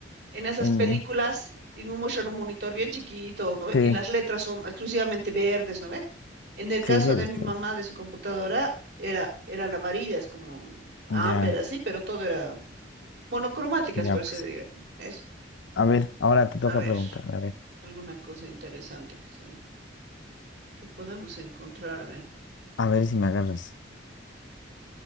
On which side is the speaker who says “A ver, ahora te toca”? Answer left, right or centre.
Left